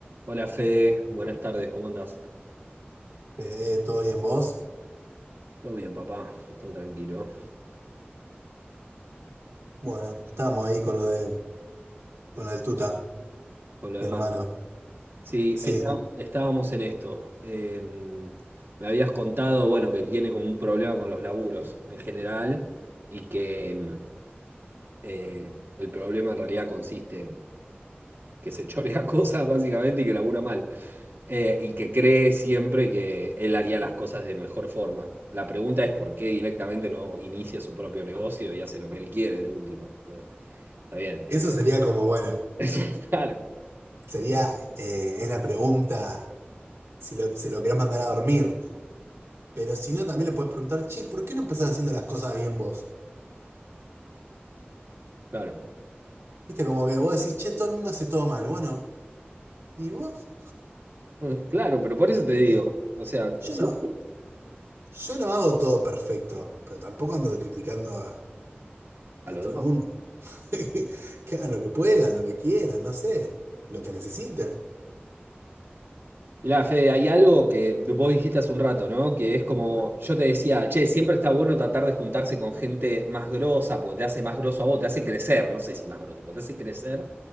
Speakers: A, on the right; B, on the right.
A: Hola Fede, buenas tardes, ¿cómo andás?
B: Fede, ¿todo bien vos?
A: Todo bien, papá, todo tranquilo.
B: Bueno, estábamos ahí con lo de, con lo del Tuta,
A: Por lo
B: mi
A: demás.
B: hermano.
A: Sí,
B: Sí,
A: está- estábamos en esto. en- me habías contado, bueno, que tiene como un problema con los laburos en general y que mm, eh, el problema en realidad consiste en que se chorea <laughs> cosas básicamente y que labura mal. Eh, y que cree siempre que él haría las cosas de mejor forma. La pregunta es por qué directamente no inicia su propio negocio y hace lo que él quiere de última. Pero Está bien.
B: eso sería como, bueno,
A: Eso, <laughs> claro,
B: sería, eh, es la pregunta, si lo, se lo querés mandar a dormir, pero si no, también le podés preguntar, che, ¿por qué no empezás haciendo las cosas bien vos?
A: claro.
B: Viste, como que vos decís, che, todo el mundo hace todo mal, bueno, ¿y vos?
A: Mm, Claro, pero por eso te digo,
B: Tío,
A: o sea,
B: yo
A: seguro
B: no, yo no hago todo perfecto, pero tampoco ando criticando a,
A: a
B: a
A: los
B: todo
A: demás.
B: el mundo. <laughs> Que hagan lo que puedan, lo que quieran, no sé, lo que necesiten.
A: Mirá, Fede, hay algo que vos dijiste hace un rato, ¿no? Que es como, yo te decía, che, siempre está bueno tratar de juntarse con gente más grosa, porque te hace más groso a vos, te hace crecer, no sé si más groso, pero te hace crecer